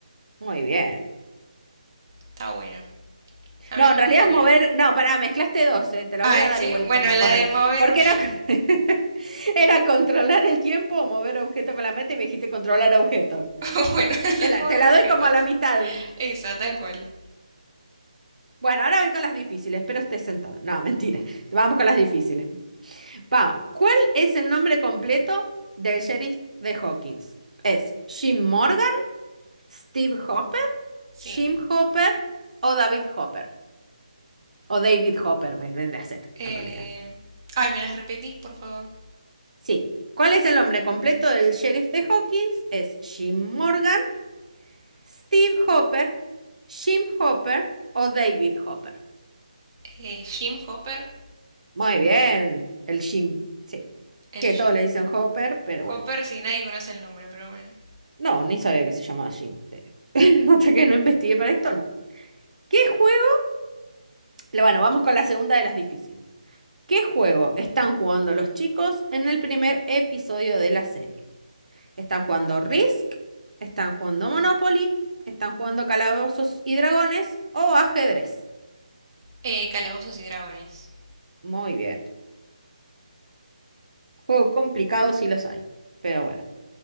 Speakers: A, on the right (about 80°); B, on the right (about 25°).
A: Muy bien.
B: Está bueno. A
A: No,
B: mí me
A: en realidad
B: gustaría.
A: es mover. No, pará, mezclaste dos, eh, Te la
B: Ay,
A: voy a dar
B: sí,
A: igual
B: bueno,
A: como
B: la
A: correcto.
B: de mover,
A: Porque era, <laughs> era controlar el tiempo o mover objeto con la meta y me dijiste controlar objeto.
B: <laughs> bueno, <laughs> la de
A: Te la,
B: mover
A: te la
B: objetos.
A: doy como a la mitad.
B: Esa, tal cual.
A: Bueno, ahora voy con las difíciles. Espero estés sentado. No, mentira. Vamos con las difíciles. Vamos. ¿Cuál es el nombre completo del sheriff de Hawkins? ¿Es Jim Morgan, Steve Hopper,
B: Sí.
A: Jim Hopper o David Hopper? O David Hopper, me vendría a ser,
B: Eh,
A: en realidad.
B: Ay, ¿me las repetís, por favor?
A: Sí. ¿Cuál es el nombre completo del sheriff de Hawkins? ¿Es Jim Morgan, Steve Hopper, Jim Hopper o David Hopper?
B: Eh, Jim Hopper.
A: Muy bien, el Jim. Sí.
B: El
A: Que
B: Jim.
A: todos le dicen Hopper, pero bueno.
B: Hopper, si nadie conoce el nombre, pero bueno.
A: No, ni sabía que se llamaba Jim. te- <laughs> Hasta que no investigué para esto, no. ¿Qué juego? Le- Bueno, vamos con la segunda de las difíciles. ¿Qué juego están jugando los chicos en el primer episodio de la serie? Están jugando Risk, están jugando Monopoly, están jugando Calabozos y Dragones o ajedrez.
B: Eh, Calabozos y Dragones.
A: Muy bien. Juegos complicados sí los hay, pero bueno.